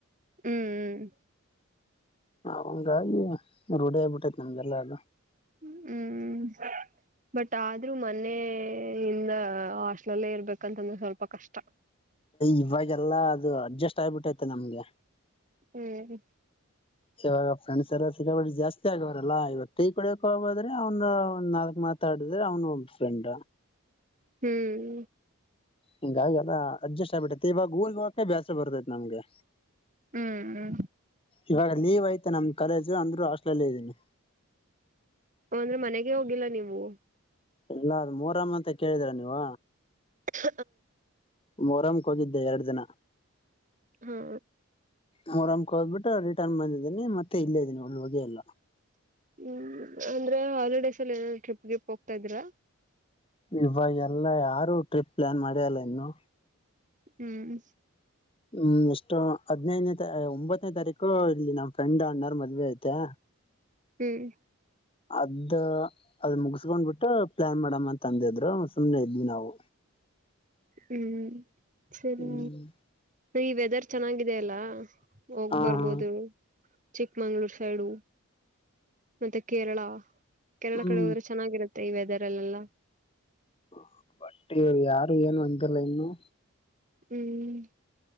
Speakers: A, on the right; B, on the left.
A: ಹ್ಮ್ ಹ್ಮ್
B: ಹಂಗಾಗಿ ರೂಢಿಯ ಆಗ್ಬಿಟ್ಟೈ ನಮ್ಗೆಲ್ಲ ಅದು
A: ಹ್ಮ್ ಬಟ್ ಆದ್ರೂ ಮನೆಯ ಇಿಂದ ಹಾಸ್ಲಲ್ಲೇ ಇರ್ಬೇಕಂತಂದ್ರೆ ಸ್ವಲ್ಪ ಕಷ್ಟ
B: ಇವಾಗೆಲ್ಲಾ ಅದು ಅಡ್ಜಸ್ಟ್ ಆಗ್ಬಿಟ್ಟೈತೆ ನಮ್ಗೆ
A: ಹ್ಮ್
B: ಹ <inaudible> ಇವಾಗ ಫ್ರೆಂಡ್ಸ್ ಎಾರ ಸಿಗಬಟ್ಟು ಜಾಸ್ತಿ ಆಗವಾರಲ್ಲ ಇವತ್ತು ಟೀ ಕೊಡೋಕ್ ಹೋಗೋದ್ರೆ ಒಂದ ಒಂದ್ ನಾಲ್ಕಕ್ ಮಾತ್ ಮಾಾಡಿದ್ರೆ ಅವ್ನು ಒಬ್ಬ ಫ್ರೆಂಡ್
A: ಹ್ಮ್
B: ಹಂಗಾಗಿ ಅಲ್ಲ ಅಡ್ಜಸ್ಟ್ ಆಗ್ಬಿಟ್ಟೈತಿ ಇವಾಗ ಊರ್ಗೆ ಹೋಗಕೆ ಬ್ಯಾಸ ಬರ್ತೈತಿ ನಮಗೆ
A: ಹ್ಮ್ ಹ್ಮ
B: ಇವಾಗ ಲೀವ್ ಐತೆಾ ನಮ್ ಕಾಲೇಜು ಅಂದ್ರು ಹಸ್ಟಲ್ಲೇ ಇದ್ದನಿ
A: ಅಂದ್ರೆ ಮನೆಗೆ ಹೋಗಿಲ್ಲ ನೀವು
B: ಇಲ್ಲ ಅ ಮೂರಮ್ಮ ಅಂತ ಕೇಳಿದೀರ ನೀವು
A: ಹ
B: ಮೊರಮ್ಕ್ ಹೋಗಿದ್ದೆ ಎರಡು ದಿನ
A: ಹಾ
B: ಮೂರ ಅ್ ಹದ್ಬಿಟ್ಟು ರಿಟರ್ನ್ ಬಂದಿದ್ದೀನಿ ಮತ್ತೆ ಇಲ್ಲೇ ಇದೀನಿ ಒಳ್ಳು ಹಗೆಯ ಎಲ್ಲ
A: ಹ್ಮ್ ಅಂದ್ರೆ ಹಾಲಿಡೇಸ್ ಅಲ್ಲಿ ಏನಾದ್ ಟ್ರಿಪ್ ಗೆ ಹೋಗ್ತಾ ಇದ್ರಾ
B: ಇವಾಗ ಎಲ್ಲ ಯಾರು ಟ್ರಿಪ್ ಪ್ಲಾನ್ ಮಾಡ್ಯಲ್ಲ ಇನ್ನು
A: ಹ್ಮ್
B: ಹ್ಮ್ ಎಷ್ಟು ಹದ್ನೈದನೇ ಒಂಬತ್ತನೇ ತಾರೀಕು ಇಲ್ಲಿ ನಮ್ಮ್ ಫ್ರೆಂಡ್ ಅಣ್ಣಾರ್ ಮದ್ವೆ ಐತೆ
A: ಹ್ಮ್
B: ಅದ ಅದ ಮುಗಸ್ಕೊಂಡ್ ಬಿಿಟ್ಟು ಪ್ಲಾನ್ ಮಾಡಮ್ಮ ಅಂತ ಅಂದಿದ್ರು ಸುಮ್ನೆ ಇದ್ವಿ ನಾವು
A: ಹ್ಮ್ ಸರಿ
B: ಹ್ಮ್
A: ಈ ವೆದರ್ ಚೆನ್ನಾಗಾಗಿದೆ ಅಲ್ಲಾ ಹೋಗ್
B: ಹಾ
A: ಬರ್ಬೋದು
B: ಹಾ
A: ಚಿಕ್ಕಮಂಗ್ಳೂರ್ ಸೈಡು ಮತ್ತೆ ಕೇರಳ ಕೇರಳ
B: ಹ್ಮ್
A: ಕಳ ಹೋದ್ರೆ ಚೆನ್ನಾಗಿರುತ್ತೆ ಈ ವೆದರ್ ಅಲ್ಲೆಲ್ಲ
B: ಹ ಬಟ್ ಯಾರು ಏನು ಅಂತಿಲ್ಲ ಇನ್ನು
A: ಹ್ಮ್